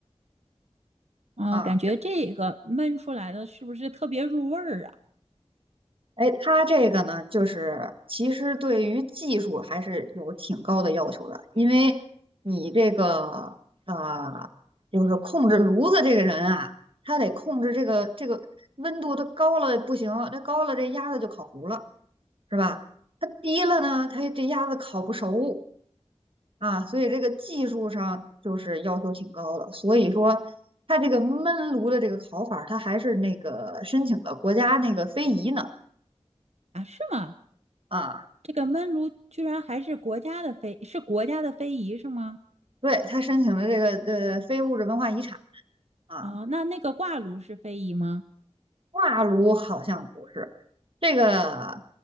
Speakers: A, on the right (about 85°); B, on the right (about 55°).
A: 哦，
B: 啊。
A: 感觉这个焖出来的是不是特别入味儿啊？
B: 哎，它这个呢，就是其实对于技术还是有挺高的要求的，因为你这个呃，就是控制炉子这个人啊，他得控制这个这个温度，它高了不行，那高了这鸭子就烤糊了。是吧？它低了呢，它这鸭子烤不熟啊，所以这个技术上就是要求挺高的。所以说，它这个焖炉的这个烤法儿它还是那个申请的国家那个非遗呢
A: 啊，是吗？
B: 啊，
A: 这个焖炉居然还是国家的非，是国家的非遗是吗？
B: 对，它申请了这个呃非物质文化遗产啊。
A: 哦，那那个挂炉是非遗吗？
B: 挂炉好像不是这个，